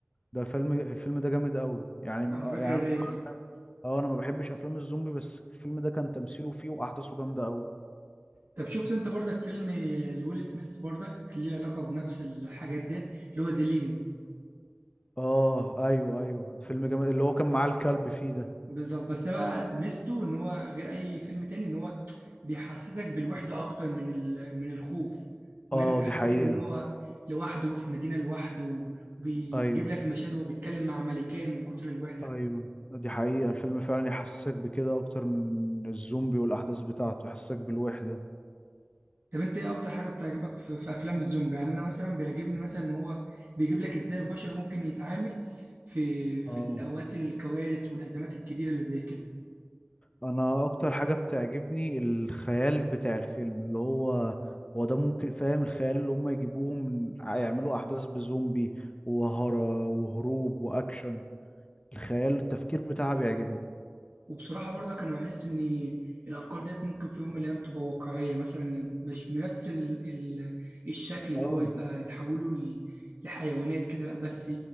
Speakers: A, on the left (about 25°); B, on the right (about 55°).
A: ده فيلم الفيلم ده جامد قوي يعني من
B: على
A: آه،
B: فكرة
A: يعني
B: رايق
A: أنا-
B: فعلا.
A: اه انا ما بحبش افلام الزومبي بس الفيلم ده كان تمثيله فيه واحداثه جامده قوي
B: طب شفت انت برضك فيلم لويل سميث برضك ليه علاقة بنفس الحاجات ديت اللي هو ذا ليجن
A: اه ايوه ايوه فيلم جامد اللي هو كان معاه الكلب فيه ده
B: بالظبط بس بقى ميزته ان هو غير اي فيلم تاني ان هو بيحسسك بالوحده اكتر من ال- من الخوف وهنا
A: اه
B: بيحسسك
A: دي حقيقه
B: ان هو لوحده في مدينه لوحده وبيجيب
A: ايوه
B: لك مشاهد وهو بيتكلم مع ملكين من كتر الوحده
A: ايوه دي حقيقه الفيلم فعلا يحسسك بكده اكتر من الزومبي والاحداث بتاعته يحسسك بالوحده
B: طب انت ايه اكتر حاجه بتعجبك في, في افلام الزومبي يعني انا مثلا بيعجبني مثلا ان هو بيجيب لك ازاي البشر ممكن يتعامل في في
A: اه
B: الاوقات الكوارث والازمات الكبيره اللي زي كده
A: انا اكتر حاجه بتعجبني الخيال بتاع الفيلم اللي هو هو ده ممكن فاهم الخيال اللي هم يجيبوه من يعملوا احداث بزومبي وهرا وهروب واكشن الخيال التفكير بتاعها بيعجبني
B: وبصراحة برضك أنا بحس إن الأفكار ديت ممكن في يوم من الأيام تبقى واقعية مثلا يعني مش بنفس ال ال الشكل اللي
A: اه
B: هو يبقى يتحولوا ل- لحيوانات كده لأ بس